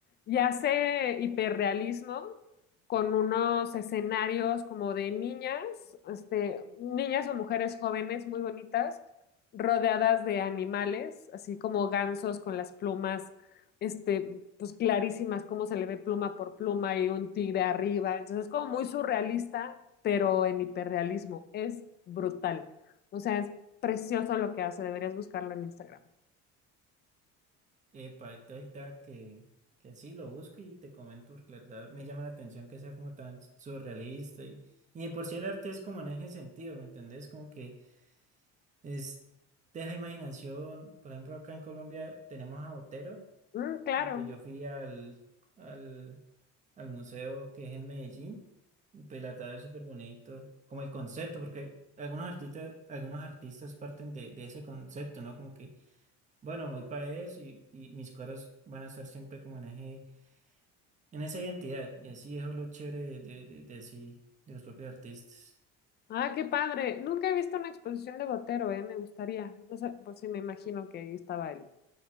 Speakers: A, on the left; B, on the right.
A: Y hace hiperrealismo con unos escenarios como de niñas, este, niñas o mujeres jóvenes muy bonitas, rodeadas de animales, así como gansos con las plumas este, pues clarísimas, cómo se le ve pluma por pluma y un tigre arriba. Entonces es como muy surrealista, pero en hiperrealismo. Es brutal. O sea, es precioso lo que hace. Deberías buscarlo en Instagram.
B: Epa, ahorita ahorita que, que sí, lo busco y te comento, porque la verdad me llama la atención que sea como tan surrealista. Y, y de por sí el arte es como en ese sentido, ¿me entendés? Como que es, deja imaginación. Por ejemplo, acá en Colombia tenemos a Botero.
A: Mm, claro.
B: Y pues yo fui al, al, al museo que es en Medellín. y, Pues la verdad es súper bonito. Como el concepto, porque algunos artistas, algunos artistas parten de, de ese concepto, ¿no? Como que, bueno, voy para eso y, y mis cuadros van a ser siempre como en eje, en esa identidad. Y así eso es lo chévere de, de, de, de sí, de los propios artistas.
A: Ah, qué padre. Nunca he visto una exposición de Botero, eh. Me gustaría. No sé, pues sí, me imagino que ahí estaba el,